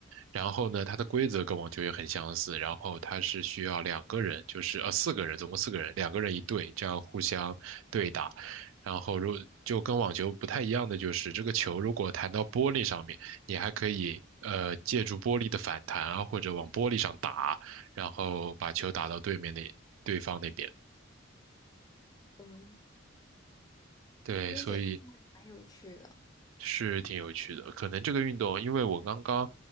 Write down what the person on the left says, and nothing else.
嗯，
听起来
还蛮有趣的。